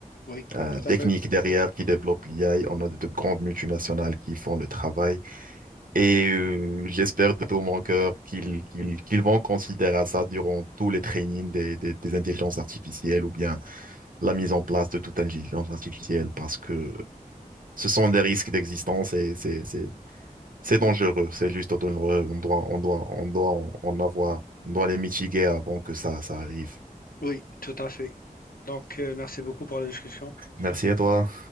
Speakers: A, on the left; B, on the right.
A: oui,
B: euh,
A: tout
B: techniques
A: à fait.
B: derrière qui développent l'IA. On a de grandes multinationales qui font le travail. Et euh, j'espère de tout mon cœur qu'ils qu'ils qu'ils vont considérer ça durant tous les trainings des, des, des intelligences artificielles ou bien la mise en place de toute intelligence artificielle parce que ce sont des risques d'existence et c'est c'est c'est
A: Oui,
B: dangereux, c'est juste dangereux. On doit on doit on doit en avoir, on doit les mitiguer avant que ça ça arrive.
A: oui, tout à fait. Donc euh, merci beaucoup pour la discussion.
B: Merci à toi.